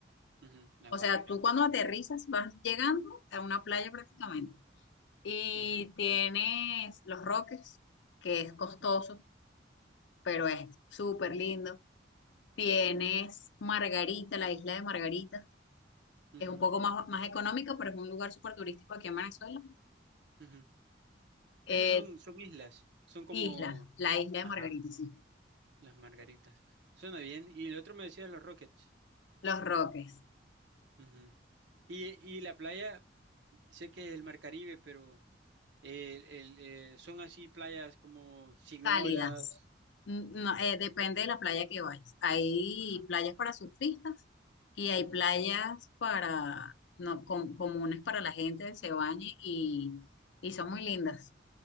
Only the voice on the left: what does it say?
O
sea, tú cuando aterrizas vas llegando a una playa prácticamente. Y
tienes Los Roques, que es costoso
pero es súper lindo. Tienes Margarita, la isla de Margarita.
Es un poco más, más económica, pero es un lugar súper turístico aquí en Venezuela.
Eh,
isla, la isla de
Margarita, sí.
Los Roques,
cálidas.
N-
No, eh, depende de la playa que vayas. Hay
playas para surfistas y hay
playas para, no, com- comunes para la gente, que se bañe y, y son muy lindas.